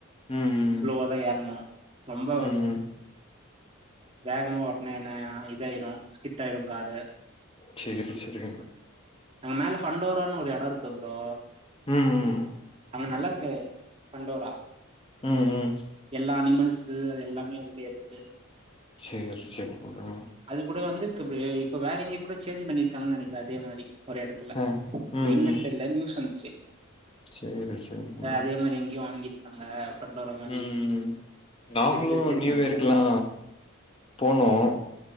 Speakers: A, on the left (about 25°); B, on the right (about 25°).
A: ம்
B: ஸ்லோவாதா
A: ம்
B: ஏர்ணும் ரொம்ப
A: ம் ம்
B: வேகமா ஓட்னா என்ன இதாயிடும் ஸ்கிப்ட் ஆயிடும் காரு
A: சேரி சரி
B: அங்க மேல ஃண்டோரான் ஒரு எடம் இருக்கு ப்ரோ
A: ம்
B: ங்க நல்லா இருக்கு ஃபண்டோரா
A: ம் ம்
B: எல்லா அனிமல்ஸு அது எல்லாமே அதுலேருக்கு
A: சேரி சேரிங்க ப்ரோ
B: அது கூட வந்துருக்குப்பே இப்ப வேற எங்யோ கொட சேஞ்ச பண்ணிருக்காங்க நனைக்கிற அதே மாரி ஒரு எடத்துல
A: ஆ ம்
B: எங்கன்
A: ம்
B: தெர்ல நியூஸ் வந்ச்சு
A: சேரி சேரிங்க
B: அ
A: ப்ரோ
B: அதே மாரி எங்யோ வாங்கிருக்காங்க ஃபண்டோரா மாரி
A: ம் நாங்களும்
B: எடுத்து வச்சிருக்காங்க
A: நியூயர்கெல்லா போனோம்